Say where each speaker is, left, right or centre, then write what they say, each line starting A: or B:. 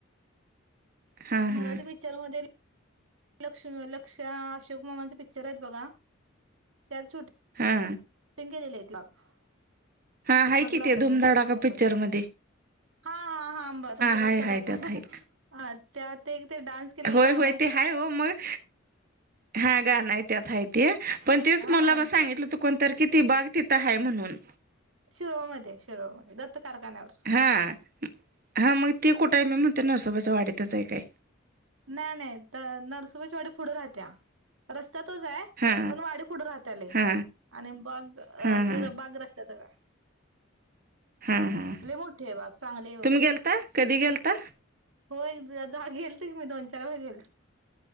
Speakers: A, on the right; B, on the right.
A: हा
B: मराठी
A: हा
B: पिक्चर मधे लक्ष लक्ष्या अशोक मामांच पिक्चर आहेत बघा त्यात शूट
A: हा
B: केलेलं <unintelligible>
A: हा आहे
B: बघला
A: कि ते
B: असता
A: धुमधडाका
B: तुम्ही कुठल्या तर पिचर
A: पिक्चर
B: मधि
A: मध्ये
B: हा हा हा आंब तुमच्या लक्षात
A: हाय हाय
B: आय
A: त्यात
B: काय
A: हाय
B: अ त्यात एक ते डान्स केलेलं
A: होय
B: गाणं
A: होय
B: आहे.
A: ते हाय हो मग, हा गान आय त्यात हाय ते पण तेच
B: हा
A: मला
B: ना
A: म सांगितलंत कोणतर कि ती बाग तिथं हाय म्हणून
B: शिरोळमध्ये शिरोळमध्ये दत्त कारखान्यावर
A: हा हा मग ते कुठं आय? मी म्हणते नरसोबाच्या वाढतच हाय काय
B: नाही नाही त नरसोबाचीवाडी पुढ राहत्या रस् ता तोच आय,
A: हा
B: पण वाडी पुढ राहत्या लई
A: हा
B: आणि बाग त
A: हा
B: अ
A: हा
B: ते बाग रस्त्यातच आय
A: हा हा
B: लई मोठी आय बाग, चांगली आय
A: तुम्ही
B: बघायला
A: गेलता कधी गेलता
B: होय <unintelligible> <unintelligible> गेलतो की मी दोन चार वे गेलतो.